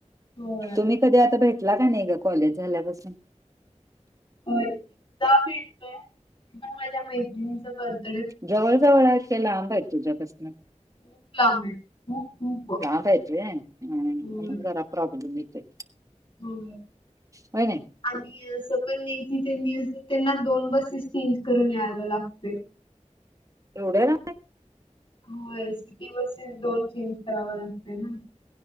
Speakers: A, on the left; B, on the right.
A: होय
B: तुम्ही. कधी आता भेटला कणी गं कॉलेज झाल्यापासून.
A: एकदा भेटलोय. ते माझ्या मैत्रिणीच बर्थ
B: जवळ जवळ आहेत ते लांब आहेत. तुझ्यापसन,
A: खूप लांब आहे खूप खूप
B: लांब हायत होय, म्हणून
A: होय
B: हम जरा प्रॉब्लेम येतोय.
A: होय.
B: होय नाही
A: आणि असं पण नाही कि त्यांनी त्यांना दोन बसेस चेंज करून यावं लागतय <inaudible>
B: एवढ्या ना
A: होय सिटी बसेस दोन चेंज कराव लागतं ना